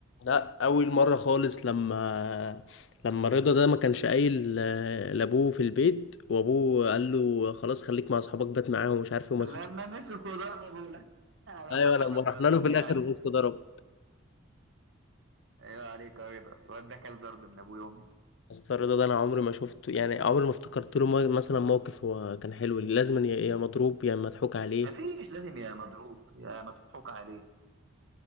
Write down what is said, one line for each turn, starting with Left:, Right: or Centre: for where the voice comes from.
Left: لا اول مره خالص لما لما رضا ده ما كانش قايل ل- لابوه في البيت وابوه قال له خلاص خليك مع اصحابك بات معاهم ومش عارف ايه وما تخش
Right: لما مسكوا ضربوا <laughs> لا لما
Left: ايوه لما
Right: حبسوا
Left: رحنا
Right: لما
Left: له
Right: رجعنا
Left: في الاخر الوسط ضرب
Right: ايوه عليك يا رضا الواد ده كان ضرب من ابوه يومها
Left: بس رضا ده انا عمري ما شفته يعني عمري ما افتكرت له مو- مثلا موقف هو كان حلو لازم يا يا مضروب يا مضحوك عليه
Right: مفيش لازم يا مضروب يا مضحوك عليه